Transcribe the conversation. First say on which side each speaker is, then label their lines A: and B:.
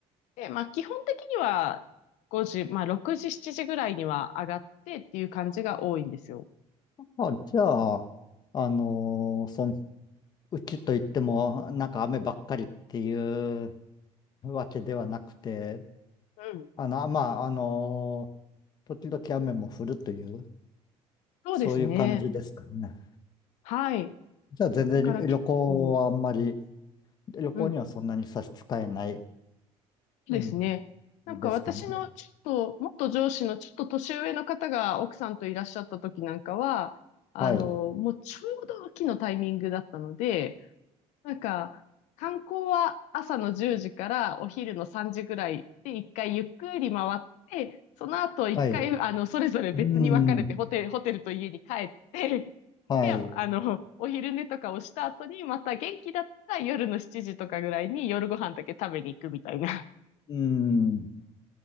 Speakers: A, on the left; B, on the left.
A: で、まあ、基本的には5時、まあ、6時、7時ぐらいには上がってっていう感じが多いんですよ。
B: あ、じゃあ、あのーそん、うちといっても、なんか雨ばっかりっていうわけではなくて、
A: うん。
B: あの、まあ、あのー時々雨も降るという、
A: そうですね。
B: そういう感じですかね。
A: はい。
B: じゃあ、全然旅行はあんまり、
A: だから結構、
B: 旅行にはそんなに差し支えない、
A: うん。そうですね。
B: うん、
A: なんか私のちょっと、
B: ですかね。
A: もっと上司のちょっと年上の方が奥さんといらっしゃった時なんかは、あの、
B: はい。
A: もうちょうど秋のタイミングだったので、なんか、観光は朝の10時からお昼の3時ぐらいで一回ゆっくり回って、その後一回、
B: はい。
A: あの、それぞれ別に分かれてホテル、
B: うん。
A: ホテルと家に帰って、
B: はい。
A: で、あの、お昼寝とかをした後に、また元気だったら夜の7時とかぐらいに夜ご飯だけ食べに行くみたいな。
B: うん。